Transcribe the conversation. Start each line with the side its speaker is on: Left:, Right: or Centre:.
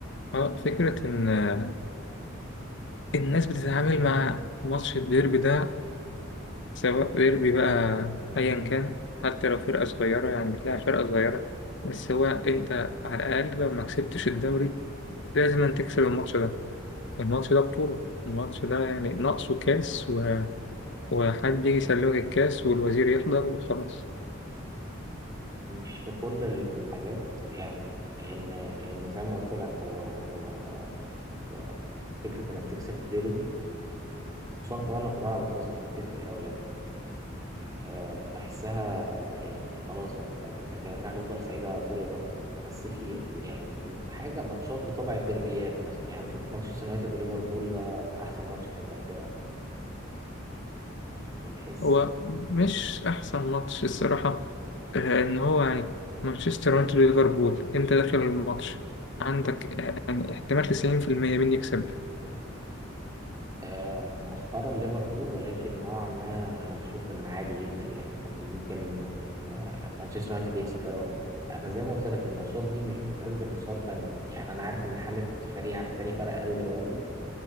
Left: اه فكرة إن آه، الناس بتتعامل مع ماتش الديربي ده سواء ديربي بقى أيا كان حتى لو فرقة صغيرة يعني بتلاعب فرقة صغيرة بس هو أنت على الأقل لو ما كسبتش الدوري لازم أن تكسب الماتش ده الماتش ده بطولة الماتش ده يعني ناقصه كاس و... وحد يجي يسلمك الكاس والوزير يحضر وخلاص
Right: مش في كل الحاجات يعني لأن لأن زي ما قلت لك هو هو هو فكرة إنك تكسب الديربي خصوصا كمان لو في ملعب الخصم دي بتفرق أوي يعني آه، بحسها يعني خلاص بقى انت انت الجماهير هتفضل سعيده طول الوقت يعني بس في يعني حاجه ماتشات بطبع الديربيات مثلا يعني بشوف مانشستر يونايتد وليفربول ده احسن ماتش في انجلترا يعني من حيث
Left: هو مش أحسن ماتش الصراحة آه، إن هو يعني مانشستر يونايتد وليفربول أنت داخل الماتش عندك آه، يعني احتمال 90% مين يكسب
Right: آه، مؤخرا ليفربول ولكن نوعا ما انا بشوف ان عادي جدا يعني كان ممكن آه، مانشستر يونايتد يكسب في اي وقت انا زي ما قلت لك الماتشات دي مش بتتقاس بالمستوى الفني يعني انا عارف ان حاله فريق عن التاني فرق قوي دلوقتي